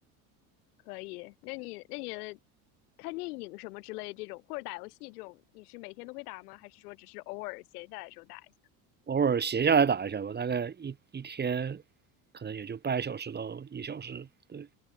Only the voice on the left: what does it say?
可以。那你那你看电影什么之类这种，或者打游戏这种，你是每天都会打吗？还是说只是偶尔闲下来的时候打一下？